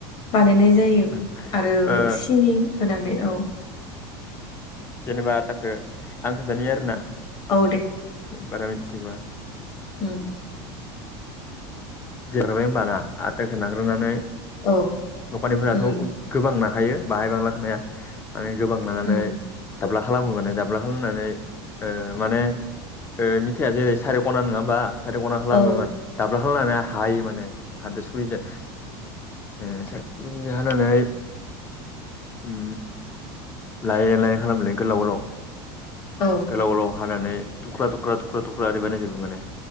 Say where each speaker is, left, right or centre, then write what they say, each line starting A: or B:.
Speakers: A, on the left (about 35°); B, on the left (about 15°).
A: बानायनाय जायो
B: उम
A: आरो
B: ओ
A: सिनि होनानै औ
B: जेनेबा आटाखो आं खोन्थानि आरोना
A: औ
B: बारा मिथिजोबा
A: ओ
B: जिरायबाय होनोमबा ना आटखौ नाग्रोनानै
A: औ
B: दखानिफोराथ'
A: उम
B: गोबां नाखायो बाङाइ बांलाखौ नाया माने गोबां नानानै
A: उम
B: दाब्ला खालामो माने दाब्ला खालामनानै माने मिथाइया जेरै सारे खना नङा होमबा सारे खना खालामो
A: औ
B: मा <unintelligible> हायो माने हादोर सुरिजों ओ हानानै ओ लायै लायै खालामोलै गोलाव गोलाव
A: औ।
B: गोलाव गोलाव हानानै थुख्रा थुख्रा थुख्रा थुख्रा ओरै बानायनायजोबो माने